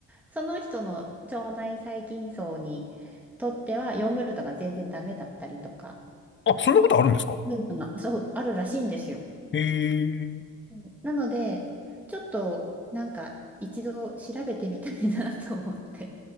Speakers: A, in the centre; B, on the left (about 40°).
A: その人の腸内細菌層にとっては、ヨーグルトが全然ダメだったりとか、
B: あ、そんなことあるんですか
A: そういうのが、そう、あるらしいんですよ。
B: へえ。
A: うんなので、ちょっと、なんか、一度調べてみたいなと思って。